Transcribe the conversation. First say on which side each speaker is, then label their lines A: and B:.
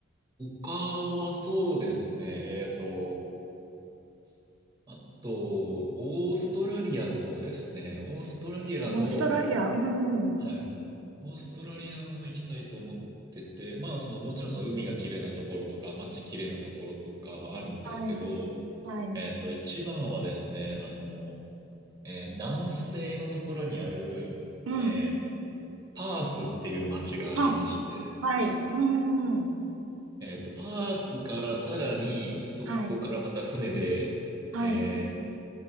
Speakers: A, on the right; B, on the right.
A: 他はそうですね。えっと、あと、オーストラリアの方ですね。オーストラリアの、
B: オーストラリア、うん。
A: はい。オーストラリアも行きたいと思ってて、まあ、その、もちろんその海が綺麗なところとか、街綺麗なところとかあるんですけど、
B: はい。はい。
A: えっと、一番はですね、あの、えー南西のところにある、
B: うん。
A: えーパースっていう街がありまして、
B: は、はい。うーん。
A: えっと、パースからさらに、そこからまた船で、
B: はい。はい。
A: えー